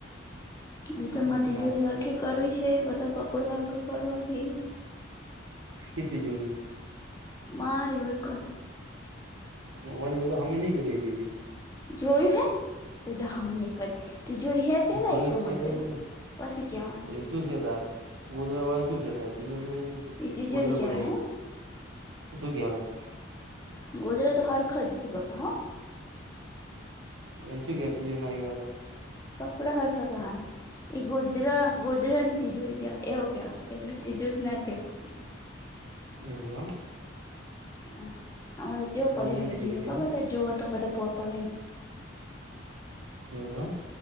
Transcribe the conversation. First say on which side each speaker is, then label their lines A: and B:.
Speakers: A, on the left; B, on the right.
A: આજે ત
B: અમે
A: મારે
B: તો
A: તિજોરી
B: નાચ
A: હરખી
B: છે
A: કરવી હે બધો કપડો હરખો કરવો હે
B: કે તિજોરી
A: મારી ઓર કો
B: અવાજ બધો હામે નઈ કરીએ છીએ તે
A: જોયું હે બધો હામે ની કરીએ તિજોરી હે પેલા
B: જોઈ
A: એ કમન
B: છે એટલે
A: પેલા
B: જ
A: પસી કેવાનુ
B: તો એ શું છે તારે ગોદળા વાયચું છે, તારે તિજોરીની જીક
A: એ તિજોરી
B: ગોદળા પડ્યા
A: કેવાય
B: ઈ
A: એમ
B: ત શું કેવાન
A: અ બોલો તો હરખો જ જી બાપા હ
B: એચું ગેતીએ ના કેવાતા
A: કપડાં હરખા કરવાની એ ગોદળા ગોદળાની તિજોરી કેવાય એવું કેવાય એખલી તિજોરી ના કેવાય
B: ની બોલો
A: હ, આમાં તો ચેવ
B: એમ
A: પડયો
B: ગોધરા ની
A: હે
B: તિજોરી
A: જીરો
B: કેવાય
A: ખબર હે જોવો તો બધા પવ પડે એમ
B: એવવા